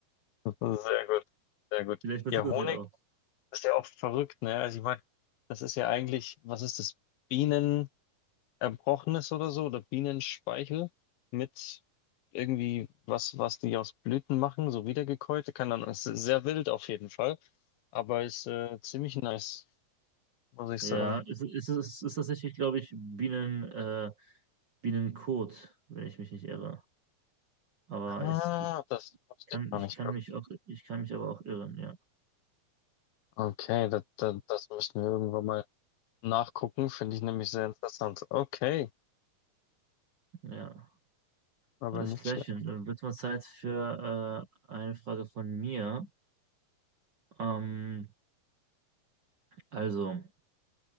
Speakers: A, on the left (about 85°); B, on the right (about 70°).
A: Sehr gut, sehr gut.
B: vielleicht passiert
A: Ja,
B: das
A: Honig
B: ja auch.
A: ist ja auch verrückt, ne? Also ich meine, das ist ja eigentlich, was ist das? Bienen erbrochenes oder so oder Bienenspeichel mit irgendwie was, was die aus Blüten machen, so wiedergekäut. Kann dann, ist sehr wild auf jeden Fall, aber ist äh, ziemlich nice, muss ich
B: Ja,
A: sagen.
B: es ist, es ist, es ist tatsächlich, glaube ich, Bienen. Äh, Billancourt, wenn ich mich nicht irre. Aber
A: Ah,
B: es
A: das wusste
B: kann,
A: ich noch
B: ich
A: nicht.
B: kann mich auch, ich kann mich aber auch irren, ja.
A: Okay, das, das, das müssen wir irgendwann mal nachgucken, finde ich nämlich sehr interessant. Okay,
B: Ja.
A: aber
B: Alles
A: nicht
B: klärchen.
A: schlecht.
B: Dann wird mal Zeit für äh, eine Frage von mir. Ähm, also,